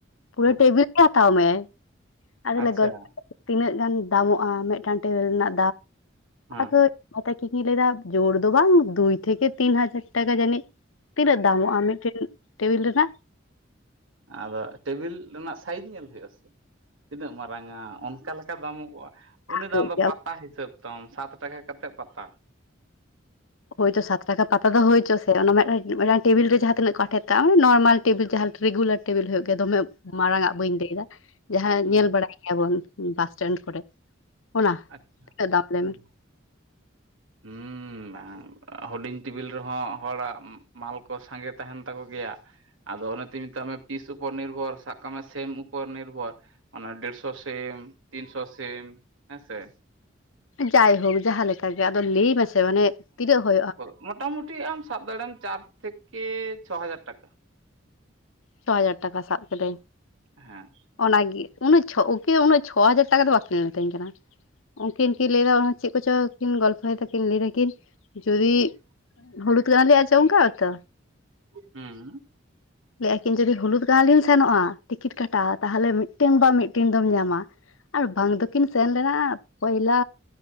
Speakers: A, on the left; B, on the right.
A: ᱯᱩᱨᱟᱹ
B: ᱦᱩᱸ
A: ᱴᱮᱵᱤᱞ ᱦᱟᱛᱟᱣ ᱢᱮ ᱟᱞᱮ
B: ᱟᱪᱪᱷᱟ
A: ᱞᱮ ᱜᱚᱞᱯᱚᱭᱟ ᱛᱤᱱᱟᱹᱜ ᱜᱟᱱ ᱫᱟᱢᱚᱜᱼᱟ ᱢᱤᱫᱴᱟᱝ ᱴᱮᱵᱤᱞ ᱨᱮᱱᱟᱜ
B: ᱦᱮᱸ
A: ᱟᱫᱚ ᱟᱫᱚ ᱠᱤᱱ ᱞᱟᱹᱭ ᱮᱫᱟ ᱰᱷᱮᱨ ᱫᱚ ᱵᱟᱝ ᱫᱩᱭ ᱛᱷᱮᱠᱮ ᱛᱤᱱ ᱦᱟᱡᱟᱨ ᱴᱟᱠᱟ ᱡᱟᱹᱱᱤᱡ ᱛᱤᱱᱟᱹᱜ ᱫᱟᱢᱚᱜᱼᱟ ᱢᱤᱫᱴᱮᱱ ᱴᱮᱵᱤᱞ ᱨᱮᱱᱟᱜ
B: ᱟᱫᱚ ᱴᱮᱵᱤᱞ ᱨᱮᱱᱟᱜ ᱥᱟᱭᱤᱡᱽ ᱧᱮᱞ ᱦᱩᱭᱩᱜ ᱟᱥᱮ ᱛᱤᱱᱟᱹᱜ ᱢᱟᱨᱟᱝᱼᱟ ᱚᱠᱟ ᱞᱮᱠᱟ ᱫᱟᱢᱚᱜᱚᱜᱼᱟ ᱩᱱᱤ
A: ᱦᱩᱭᱩᱜ
B: ᱫᱚ ᱟᱢ ᱫᱚ
A: ᱜᱮᱭᱟ
B: ᱯᱟᱛᱟ ᱦᱤᱥᱟᱹᱵ ᱫᱟᱢ ᱥᱟᱛ ᱴᱟᱠᱟ ᱠᱟᱛᱮᱫ ᱯᱟᱛᱟ
A: ᱦᱳᱭᱛᱚ ᱥᱟᱛ ᱴᱟᱠᱟ ᱯᱟᱛᱟ ᱫᱚ ᱦᱳᱭᱪᱚ ᱥᱮ ᱚᱱᱟ ᱴᱮᱵᱤᱞ ᱨᱮ ᱡᱟᱦᱟᱸ ᱛᱤᱱᱟᱹᱜ ᱠᱚ ᱟᱴᱷᱮᱨ ᱛᱟᱜᱼᱟ ᱱᱚᱨᱢᱟᱞ ᱴᱮᱵᱤᱞ ᱡᱟᱦᱟᱸ ᱨᱮᱜᱩᱞᱟᱨ ᱴᱮᱵᱤᱞ ᱦᱳᱭᱳ ᱜᱮ ᱫᱚᱢᱮ ᱢᱟᱨᱟᱝᱼᱟ ᱵᱟᱹᱧ ᱞᱟᱹᱭ ᱮᱫᱟ ᱡᱟᱦᱟᱸ
B: ᱦᱩᱸ
A: ᱧᱮᱞ ᱵᱟᱲᱟᱭ ᱜᱮᱭᱟ ᱵᱚᱱ ᱵᱟᱥᱴᱮᱱᱰ ᱠᱚᱨᱮ ᱚᱱᱟ
B: ᱟᱪᱪᱷᱟ
A: ᱛᱤᱱᱟᱹᱜ ᱫᱟᱢ ᱞᱟᱹᱭ
B: ᱦᱩᱸ
A: ᱢᱮᱥᱮ
B: ᱦᱩᱸ ᱦᱩᱰᱤᱧ ᱴᱮᱵᱤᱞ ᱨᱮᱦᱚᱸ ᱦᱚᱲᱟᱜ ᱢᱟᱞ ᱠᱚ ᱥᱟᱸᱜᱮ ᱛᱟᱦᱮᱱ ᱛᱟᱠᱚ ᱜᱮᱭᱟ ᱟᱫᱚ ᱚᱱᱮ ᱛᱩᱧ ᱢᱮᱛᱟᱜ ᱢᱮ ᱯᱤᱥ ᱩᱯᱚᱨ ᱱᱤᱨᱵᱷᱚᱨ ᱥᱟᱵ ᱠᱟᱜ ᱢᱮ ᱥᱮᱢ ᱩᱯᱚᱨ ᱱᱤᱨᱵᱷᱚᱨ ᱚᱱᱟ ᱰᱮᱲᱥᱚ ᱥᱤᱢ ᱛᱤᱱᱥᱚ ᱥᱤᱢ ᱦᱮᱸ ᱥᱮ
A: ᱡᱟᱭᱦᱳᱠ ᱡᱟᱦᱟᱸ ᱞᱮᱠᱟ ᱜᱮ ᱟᱫᱚ ᱞᱟᱹᱭ ᱢᱮᱥᱮ ᱢᱟᱱᱮ ᱛᱤᱱᱟᱹᱜ ᱦᱩᱭᱩᱜᱼᱟ
B: ᱢᱚᱴᱟ ᱢᱩᱴᱤ ᱟᱢ ᱥᱟᱵ ᱫᱟᱲᱮᱭᱢ ᱪᱟᱨ ᱛᱷᱮᱠᱮ ᱪᱷᱚ ᱦᱟᱡᱟᱨ ᱴᱟᱠᱟ
A: ᱪᱷᱚ ᱦᱟᱡᱟᱨ ᱴᱟᱠᱟ ᱥᱟᱵ ᱠᱤᱫᱟᱹᱧ
B: ᱦᱮᱸ
A: ᱚᱱᱟᱜᱮ ᱩᱱᱟᱹᱜ ᱪᱷᱚ ᱩᱱᱟᱹᱜ ᱪᱷᱚ ᱦᱟᱡᱟᱨ ᱴᱟᱠᱟ ᱫᱚ ᱵᱟ ᱠᱤᱱ ᱢᱤᱛᱟᱹᱧ ᱠᱟᱱᱟ ᱩᱱᱠᱤᱱ ᱠᱤᱱ ᱞᱟᱹᱭᱮᱫᱟ ᱚᱱᱟ ᱪᱮᱫ ᱠᱚ ᱪᱚᱝ ᱠᱤᱱ ᱜᱚᱞᱯᱚ ᱭᱮᱫᱟ ᱠᱤᱱ ᱞᱟᱹᱭ ᱮᱫᱟ ᱠᱤᱱ ᱡᱩᱫᱤ
B: ᱦᱩᱸ
A: ᱦᱩᱲᱩ ᱛᱩᱫ ᱟᱡᱚᱢ ᱠᱟᱜᱼᱟ ᱛᱚ
B: ᱦᱩᱸ
A: ᱞᱟᱹᱭ ᱮᱫᱟ ᱠᱤᱱ ᱡᱩᱫᱤ ᱦᱩᱞᱩᱫ ᱜᱟᱶ ᱞᱤᱧ ᱥᱮᱱᱚᱜᱼᱟ ᱴᱤᱠᱤᱴ ᱠᱟᱴᱟᱣ ᱛᱟᱦᱚᱞᱮ ᱢᱤᱫᱴᱮᱱ ᱵᱟ ᱢᱤᱫᱴᱮᱱ ᱫᱚᱢ ᱧᱟᱢᱟ ᱟᱨ ᱵᱟᱝ ᱫᱚᱠᱤᱱ ᱥᱮᱱ ᱞᱮᱱᱟ ᱯᱚᱭᱞᱟ